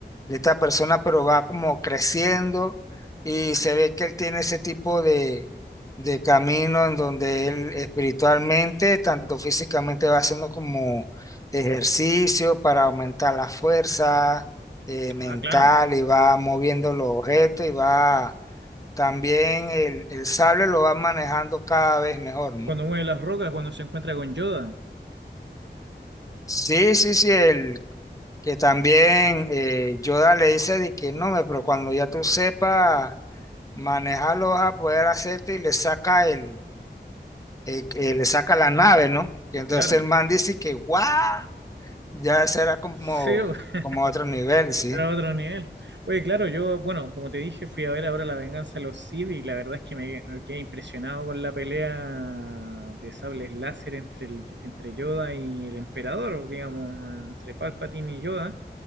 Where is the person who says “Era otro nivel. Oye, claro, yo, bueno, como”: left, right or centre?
Right